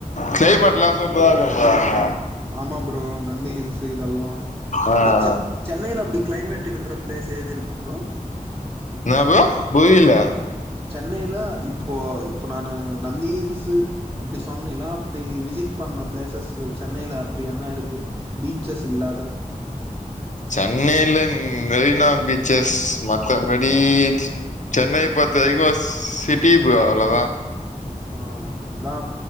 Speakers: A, on the left (about 60°); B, on the right (about 20°).
A: கிளைமேட்ல்லா சூப்பரா இருக்கு ப்ரோ அங்க
B: ஆமா ப்ரோ நந்தி ஹில்ஸ்ஸு இதெல்லா
A: ஆ
B: ஆனா செ சென்னைல அப்டி கிளைமேட் இருக்குற பிளேஸ் ஏது இருக்கு ப்ரோ
A: என்ன ப்ரோ புரியல
B: சென்னைல இப்போ இப்போ நானு நந்தி ஹில்ஸு இப்டி சொன்னினா அப்டி விசிட் பண்ண பிளேசஸ் வச் சென்னைல அப்டி என்ன இருக்கு பீச்சஸ் இல்லாத
A: சென்னைல மெரினா பீச்சஸ் மத்தபடி சென்னை பொற்த்த வரிக்கு சிட்டி ப்ரோ அவ்ளோதா
B: ஆ அதா